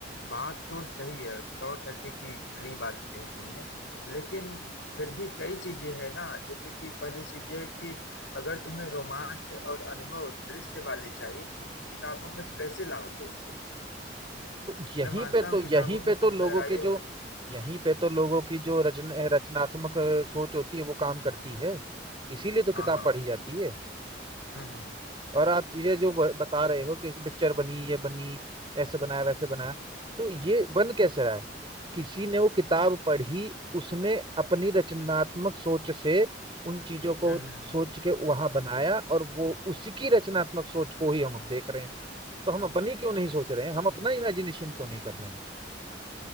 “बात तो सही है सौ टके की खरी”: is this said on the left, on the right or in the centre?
Left